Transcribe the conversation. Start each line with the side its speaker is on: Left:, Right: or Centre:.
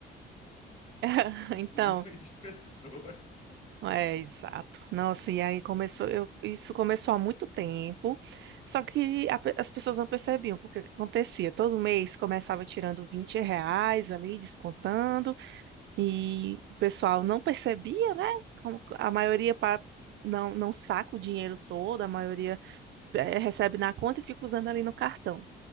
Right: <laughs> Então,
Left: milhões de pessoas.
Right: é exato. Nossa, e aí começou, eu- isso começou há muito tempo. Só que a pe- as pessoas não percebiam porque o que acontecia. Todo mês começava tirando 20 reais ali, descontando. E o pessoal não percebia, né? Como a maioria pa- não, não saca o dinheiro todo, a maioria eh, recebe na conta e fica usando ali no cartão.